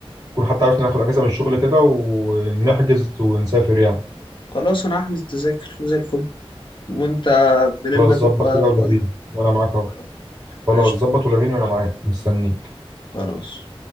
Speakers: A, on the right; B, on the left.
A: نكون حتى عرفنا ناخد اجازه من الشغل كده ونحجز ونسافر يعني
B: خلاص أنا هحجز تذاكر زي الفل وأنت من إما
A: خلاص ظبط
B: تبقى
A: كده ولغيني
B: فاضي قول.
A: وانا معاك اهو
B: خلاص
A: خلاص
B: قشطة
A: ظبط ولغيني وانا معاك مستنيك
B: خلاص